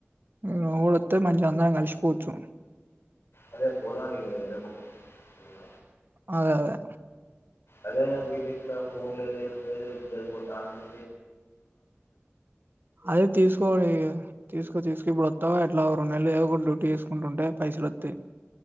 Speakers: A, on the right (about 50°); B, on the left (about 75°).
A: మీవోడొత్తే మంచిగా అందరం కలిసిపోవచ్చు
B: అదే పోదాం ఇక రేపు ఒకటి ఏద
A: అదే అదే
B: అదే బీటెక్ లో ఫోన్ లేదు ఏం లేదు ఇజ్జత్ పోతాంది
A: అదే తీసుకోండిగా తీసుకో తీసుకు ఇప్పుడొత్తావా ఇట్లా ఒక రెండు నెల్లు ఏదో డ్యూటీ చేసుకుంటుంటే పైసలొత్తాయి